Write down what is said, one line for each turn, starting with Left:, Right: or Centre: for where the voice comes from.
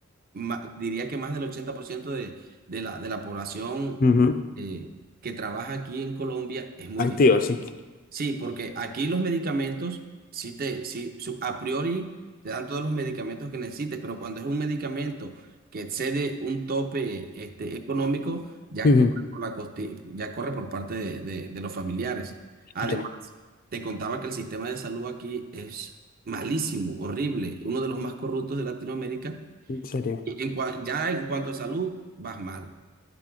Right: ma- diría que más del 80% de, de la, de la población
Left: Ujú.
Right: eh, que trabaja aquí en Colombia, es muy
Left: Activo,
Right: difícil.
Left: sí.
Right: Sí, porque aquí los medicamentos, sí te, sí, su- a priori te dan todos los medicamentos que necesites, pero cuando es un medicamento que excede un tope este, económico, ya
Left: Ujú.
Right: corre por la costi- ya corre por parte de, de- de los familiares. Además,
Left: Ya,
Right: te contaba que el sistema de salud aquí es malísimo, horrible, uno de los más corruptos de Latinoamérica.
Left: en serio,
Right: Y en cua- ya en cuanto a salud, vas mal.